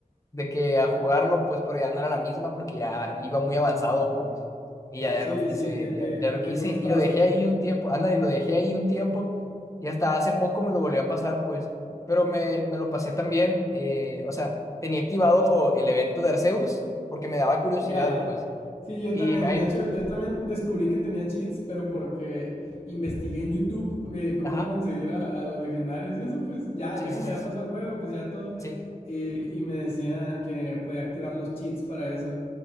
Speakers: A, on the left (about 20°); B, on the left (about 45°).
A: de que a jugarlo, pues, pero ya no era la misma porque ya iba muy avanzado, pues. Y ya, ya
B: Sí,
A: no quise,
B: sí, te, te,
A: ya, ya no
B: te
A: quise,
B: frustraste.
A: y lo dejé ahí un tiempo, anda, y lo dejé ahí un tiempo, y hasta hace poco me lo volví a pasar, pues. Pero me, me lo pasé también, eh, o sea, tenía activado el evento de Arceus porque me daba curiosidad,
B: Ya.
A: pues.
B: Sí, yo
A: Y
B: también.
A: me- ahí,
B: De hecho, yo también descubrí que tenía cheats, pero porque investigué en YouTube eh, cómo
A: ajá,
B: conseguir a, a los legendarios y eso, pues ya,
A: sí,
B: ya que
A: sí,
B: me
A: sí,
B: había
A: sí,
B: pasado el juego, pues ya todo.
A: sí,
B: eh, y me decía que podía activar los cheats para eso.